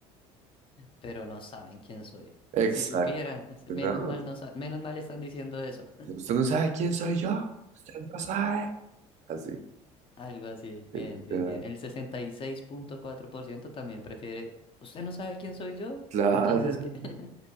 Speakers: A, on the left (about 35°); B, on the right (about 50°).
A: Pero no saben quién soy.
B: Exacto,
A: Si supieran, <laughs> es-
B: ¿no?
A: menos mal no sa- menos mal están diciendo eso. <laughs>
B: Usted no sabe quién soy yo, usted no sabe. Así,
A: Algo así. Bien,
B: literal.
A: bien, bien. El sesenta y seis punto cuatro por ciento también prefiere. ¿Usted no sabe quién soy yo?
B: Claro,
A: Entonces,
B: <laughs>
A: ¿qué? <laughs>